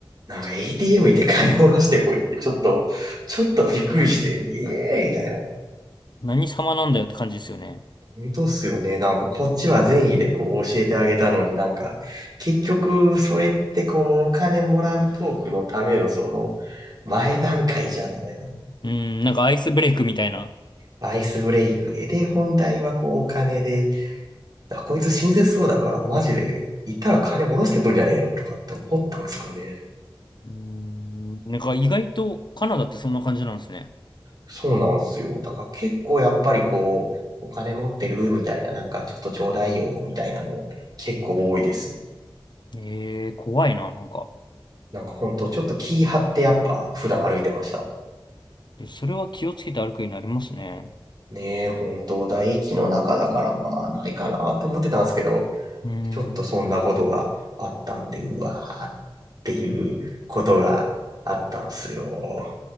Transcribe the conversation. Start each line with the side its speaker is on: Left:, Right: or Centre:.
Right: なんか ATM 行って金下ろしてこいって、ちょっと、ちょっとびっくりして、ええー、みたいな。
Left: 何様なんだよって感じですよね。
Right: 本当っすよね。なんかこっちは善意でこう教えてあげたのになんか、結局それってこうお金もらうトークのためのその前段階じゃんみたいな。
Left: うん、なんかアイスブレイクみたいな。
Right: アイスブレイクで、で、本題はこうお金で、あこいつ親切そうだからマジで行ったら金下ろしてくんじゃねえのとかって思ったんですかね。
Left: うん、なんか意外とカナダってそんな感じなんですね。
Right: そうなんすよ。だから結構やっぱりこう、お金持ってるみたいな、なんかちょっとちょうだいよみたいなの結構多いです。
Left: ええ、怖いな、なんか。
Right: なんかほんとちょっと気張ってやっぱ普段歩いてました。
Left: それは気をつけて歩くようになりますね。
Right: ねえ、ほんと唾液の中だからまあないかなって思ってたんですけど、
Left: うん。
Right: ちょっとそんなことがあったんで、うわーっていうことがあったんすよ。